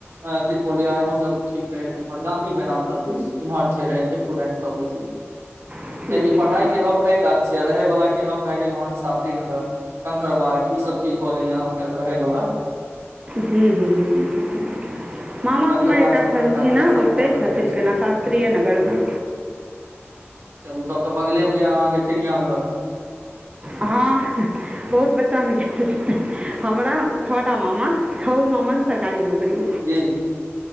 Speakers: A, on the right; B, on the right.
A: अं त्रिपोलिया मतलब ठीक ये, इम्हर गाँधी मैदान सब दिस, इम्हर छै रहैत स्टूडेंट सब भी छै। कियाकि
B: अच्छा अच्छा
A: पढ़ाई के हब एहि कात छी। अ रहै वला के हम भए गेलौं अहाँके शास्त्री नगर कंकड़बाग ई स तऽ कि भो गेलय अहाँ के रहय बला
B: हूं-हूं-हूं-हूं-हूं मामा
A: कंकड़बाग
B: हमर एकटा
A: सबमे
B: छलखिन
A: तऽ डॉक्टर
B: हें,
A: सब
B: ओतहि
A: अपन
B: छथिन
A: रहै छै
B: केना शास्त्रीये नगरमे।
A: तऽ उतब तऽ बगलेमे यऽ अहाँके चिड़ियाघर।
B: हँ, ह-ह बहुत बच्चामे गेल <unintelligible> हमरा छो टा मामा छोओ मामा सरकारी नौकरी।
A: जी,